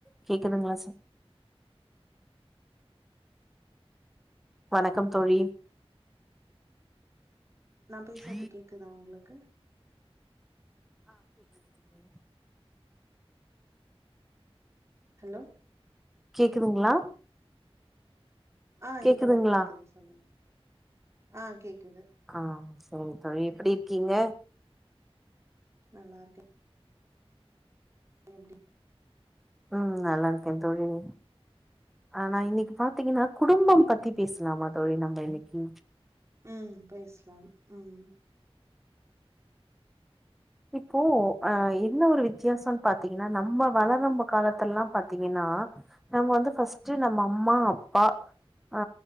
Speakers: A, in the centre; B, on the right.
A: கேக்குதுங்ளா ச வணக்கம் தோழி
B: நா பேசுறது
A: ஆ
B: கேக்குதா உங்ளுக்கு
A: ஆ கேக்குது நி
B: ஹலோ
A: கேக்குதுங்ளா
B: ஆ
A: கேக்குதுங்களா
B: இப்பதா கேக்குது சொல்லுங்க ஆ கேக்குது
A: ஆ சரி தோழி எப்டி இருக்கீங்க
B: நல்லா இருக்கே எம் டி
A: ம் நல்லா இருக்கேன் தோழி நீ ஆ நா இன்னைக்கு பாத்தீங்கன்னா குடும்பம் பத்தி பேசலாமா தோழி நம்ப இன்னைக்கு
B: ம் பேஸ்லாம் ம்
A: இப்போ அ என்ன ஒரு வித்தியாசம் பாத்தீங்கன்னா நம்ம வளரும் காலத்துல எல்லா பாத்தீங்கன்னா நம்ம வந்து ஃபஸ்ட் நம்ம அம்மா அப்பா ஆ